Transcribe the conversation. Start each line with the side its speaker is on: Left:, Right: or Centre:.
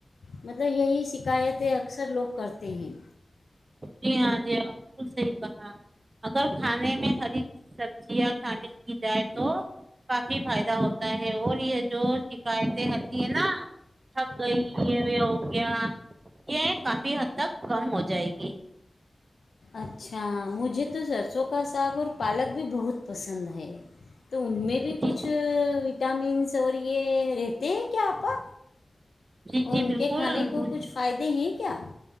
Left: مطلب یہی شکایتیں اکثر لوگ کرتے ہیں
Right: جی ہاں جی ہاں بالکل صحیح کہا اگر کھانے میں ہری سبزیاں شابل کی جائے تو کافی فائدہ ہوتا ہے اور یہ جو شکایتیں ہوتی ہے نا تھک گئی ہے وہ ہو گیا یہ کافی حد تک کم ہو جائے گی
Left: اچھا مجھے تو سرسوں کا ساگ اور پالک بھی بہت پسند ہے تو ان میں بھی
Right: جی
Left: کچھ وٹامنس اور یہ رہتے ہیں کیا آپا
Right: جی
Left: اور
Right: جی
Left: ان
Right: بالکل
Left: کے کھانے کو
Right: مجھے
Left: کچھ فائدے ہیں کیا